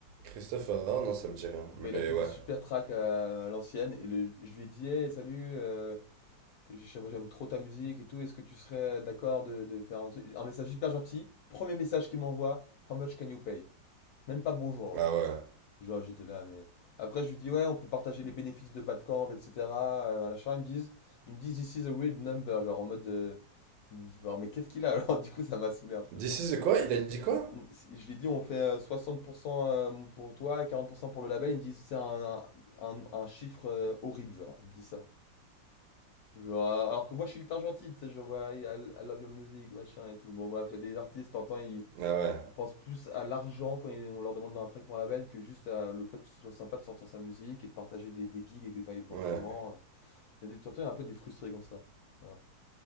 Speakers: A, on the right (about 80°); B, on the left (about 70°).
A: Christophe Herrard, non, ça me dit rien.
B: Bah,
A: Mais
B: il a fait
A: ouais.
B: des super tracks euh, à l'ancienne. Et le- je lui ai dit, hey, salut, euh, j'aime j'aime trop ta musique et tout. Est-ce que tu serais d'accord de, de faire un, truc un message hyper gentil? Premier message qu'il m'envoie, How much can you pay? Même pas bonjour, alors.
A: Ah ouais.
B: Genre, j'étais là, mais. Après, je lui dis, ouais, on peut partager les bénéfices de Badcamp, etc. euh, voilà, machin. Ils me disent, ils me disent, this is a weird number. Genre, en mode. euh, genre, mais qu'est-ce qu'il a alors? <laughs> Du coup, ça m'a saoulé un peu.
A: This is the quoi? Il a dit quoi?
B: Mm, mm, Je lui ai dit, on fait euh, 60% euh, pour toi et 40% pour cent pour le label. Ils me disent, c'est un, un, un chiffre euh, horrible, genre. Ils me disent ça. Genre, euh, alors que moi, je suis hyper gentil, tu sais, je vois, I, I love your music, machin et tout. Bon, bref, il y a des artistes, t'entends, ils
A: Ah
B: ils pensent plus à l'argent quand ils- on leur demande dans un track pour un label que juste à le fait que ce soit sympa de sortir sa musique et de partager des, des gigs é- éventuellement.
A: ouais. Ouais.
B: euh, Il y a des, t'entends, il y en a un peu des frustrés comme ça. Voilà.